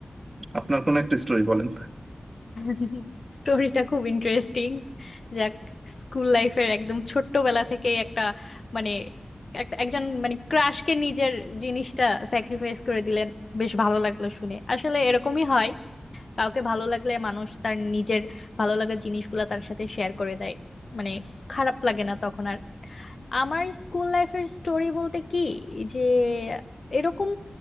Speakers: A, on the right (about 40°); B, on the left (about 65°).
A: আপনার কোনো একটা স্টোরি বলেন
B: <laughs> স্টোরিটা খুব ইন্টারেস্টিং যাক স্কুল লাইফের একদম ছোট্টবেলা থেকে একটা মানে এক- একজন মানে ক্রাশকে নিজের জিনিসটা স্যাক্রিফাইস করে দিলেন বেশ ভালো লাগলো শুনে আসলে এরকমই হয় কাউকে ভালো লাগলে মানুষ তার নিজের ভালো লাগার জিনিসগুলা তার সাথে শেয়ার করে দেয় মানে খারাপ লাগে না তখন আর আমার স্কুল লাইফের স্টোরি বলতে কি যে এরকম